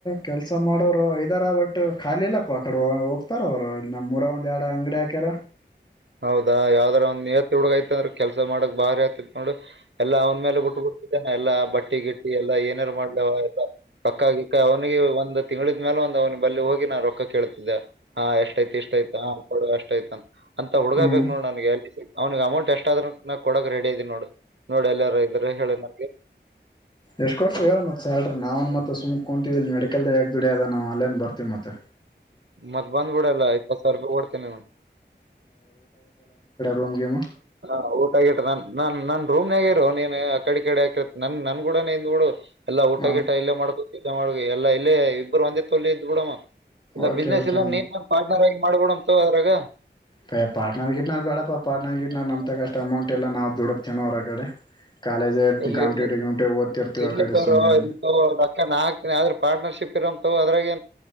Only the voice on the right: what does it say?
ಹೌದಾ ಯಾವ್ದ್ರ ಒಂದ್ ಎವತ್ ಹುಗ ಯತೆಂದ್ರ ಕೆಲ್ಸ ಮಾಡಕ್ ಭಾರಿ ಆಯತ ನೋ ಎಲ್ಲ ಅವ್ನ ಮೇಲೆ ಬಿಟ್ಟು ಬಿ ಇನ ಎಲ್ಲ ಬಟ್ಟಿ ಗಿಟ್ಟಿ ಎಲ್ಲಾ ಏನಾರು ಮಾಡ್ಲವ ಎಲ್ಲ ಪಕ್ಕ ಗಿಕ್ಕ ಅವನಿಗೆ ಒಂದು ತಿಂಗಗಳಳಿದ ಮೇಾಲ ಒಂದು ಅವ್ನಿಗೆ ಬಲ್ಲಿಿ ಹೋಗಿ ನಾ ರೊಕ್ಕ ಕೇಳ್ತಿದ್ದೆ ಹಾ ಎಷ್ಟ ಯತತಿ ಇಷ್ಟ ಆಯ್ತ ಹ ಕೊಡ ಅಷ್ಟ ಆಯ್ತನ್ ಅಂತ ಹುಡ್ಗಬೇಕು
ನೋಡು ನನಗೆ ಎಲ್ಲಿ ಸಿ ಅವನಿಗೆ ಅಮೌಂ ಎಷ್ಟ ಆದ್ರ ನ ಕೊಡಕ್ ರೆಡಿ ಇದೀನ ನೋಡಿ ನೋಡ ಎಲ್ಲಾರ ಇದ್ರ ಹೇಳಿ ನಮಗೆ
ಮತ್ತ ಬಧಬಡಲ್ಲ ಎ ಪ ಸ ರಪ ಓಡ್ತನೆ
ಹ ಊಟ ಆಗಟ ನನ್ ನಾನ್ ನನ್ ರೂಮ್ನಾಗ ಇರು ನೀನ್ ಆ ಕಡೆ ಕಡೆ ಆಾಕಿರ ನನ್ ನನ್ ಕೂಡ ನಿಂದೂಡು ಎಲ್ಲಾ ಊಟ
ಗಿಟ ಎಲ್ಲ ಮಾಡ್ಕೊತಿದ್ದ ಎಲ್ಲ ಇಲ್ಲೇ ಇಬ್ಬರು ಒಂದೇ ತೊಲ್ ಇದ್ ಬಿುಡ ಮ ಇಲ್ಲ
ಬಿಸ್ನೆಸ್
ಎಲ್ಲ ನೀನ್ ಪಾರ್ನರ್ ಆಗಿ ಮಾಡಬಡಂತ. ಪ್ರಗ.
ಇಲ್ಲಿ
ಇ
ಇಲ್ಲ
ತವರು
ಇ ಲಕ್ಕ ನ ಹಾಕ್ತೀನಿ ಆದ್ರೆ ಪಾರ್ಟ್ನರ್ಶಿಪ್ ಇು ಅದ್ರಾಗಿ